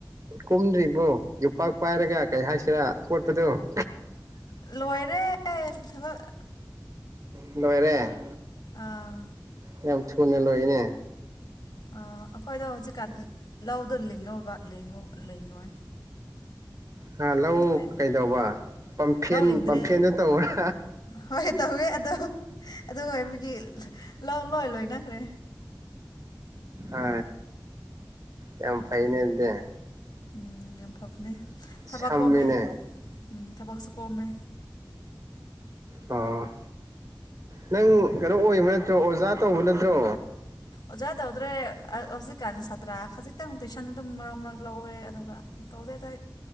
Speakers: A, on the right; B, on the left.
A: ꯀꯨꯝꯗ꯭ꯔꯤꯕꯣ ꯌꯣꯄꯥꯛ ꯄꯥꯏꯔꯒ ꯀꯩ ꯍꯥꯏꯁꯤꯔꯥ ꯈꯣꯠꯄꯗꯨꯣ ꯎ
B: ꯂꯣꯏꯔꯦ ꯊꯕꯛ
A: ꯅꯣꯏꯔꯦ
B: ꯑꯥ
A: ꯌꯥꯝ ꯊꯨꯅ ꯂꯣꯏꯅꯦ
B: ꯑꯩꯈꯣꯏꯗ ꯍꯧꯖꯤꯛꯀꯥꯟ ꯂꯧꯗꯣ ꯂꯤꯡꯉꯧꯕꯉ ꯂꯤꯡꯉꯣꯏ
A: ꯍꯥ ꯂꯧ
B: ꯑꯗꯨ ꯑꯣꯏꯕꯒꯤ
A: ꯀꯩꯗꯧꯕ ꯄꯝꯐꯦꯟ
B: ꯂꯧ ꯂꯤꯡꯗ꯭ꯔꯦ
A: ꯄꯝꯐꯦꯟꯗ ꯇꯧꯕ꯭ꯔꯥ
B: ꯍꯣꯏ ꯇꯧꯋꯦ ꯑꯗꯣ ꯑꯗꯨ ꯑꯣꯏꯕꯒꯤ ꯂꯧ ꯂꯣꯏ ꯂꯣꯏꯅꯈ꯭ꯔꯦ
A: ꯑ ꯌꯥꯝ ꯐꯥꯏꯩꯅ ꯏꯗꯦ
B: ꯎꯝ ꯌꯥꯝ ꯐꯕꯅꯦ
A: ꯁꯝꯃꯤꯅꯦ
B: ꯊꯕꯛ ꯀꯣꯝꯃꯦ ꯎꯝ ꯊꯕꯛꯁꯨ ꯀꯝꯃꯦ
A: ꯑꯣ ꯅꯪ ꯀꯩꯅꯣ ꯑꯣꯏꯕ ꯅꯠꯇ꯭ꯔꯣ ꯑꯣꯖꯥ ꯇꯧꯕ ꯅꯠꯇ꯭ꯔꯣ
B: ꯑꯣꯖꯥꯗꯗ꯭ꯔꯦ ꯍꯧꯖꯤꯛ ꯑꯗꯨ ꯁꯥ꯭ꯔ ꯈꯖꯤꯛ ꯇꯪ ꯇ꯭ꯌꯨꯁꯟ ꯑꯗꯨꯝ ꯃꯔꯛ ꯃꯔꯛ ꯂꯧꯋꯦ ꯑꯗꯨꯒ ꯇꯧꯗꯦꯗ